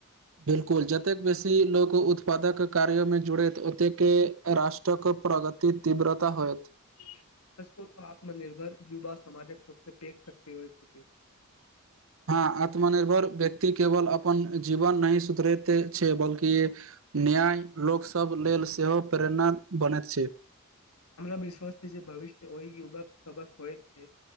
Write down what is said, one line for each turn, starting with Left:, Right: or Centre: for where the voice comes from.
Right: बिलकुल जतेक बेसी लोक उत्पादक कार्यमे जुरैत ओतेके राष्ट्रक प्रग ति तीव्रता होयत।
Left: <inaudible> सच कहु त आत्मनिर्भर युवा, समाजक सबसं पैघ शक्ति होइ छथिन।
Right: हँ आत्मनिर्भर व्यक्ति केबल अपन जीवन नहि सुधरैत छै बल्कि न्याय लोक सब लेल सेहो प्रेरणा बनैत छै।
Left: हमरा विश्वास ऐ जे भविष्य ओहि युवक सभक होइत छै।